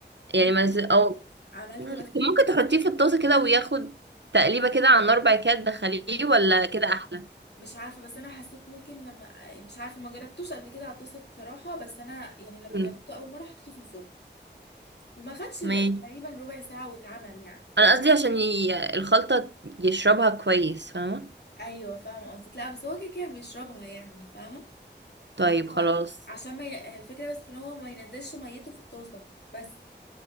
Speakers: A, on the left; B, on the right.
A: ماشي
B: يعني ما نزل اه
A: عملت
B: مم.
A: بس
B: طب ممكن تحطيه في الطاسه كده وياخد تقليبه كده على النار بعد كده تدخليه
A: ال-
B: ولا كده احلى
A: مش عارفة بس أنا حسيت ممكن لما مش عارفة ما جربتوش قبل كده على الطاسة بصراحة بس أنا يعني لما
B: امم
A: جربته أول مرة حطيته في الفرن وما خدش
B: ماشي
A: تقريبا ربع ساعة واتعمل يعني
B: انا قصدي عشان ي... الخلطه يشربها كويس فاهمه
A: أيوة فاهمة قصدك لا بس هو كده كده بيشربها يعني فاهمة
B: طيب
A: يعني هو
B: خلاص
A: عشان ما ي... الفكرة بس في إن هو ما ينزلش ميته في الطاسة بس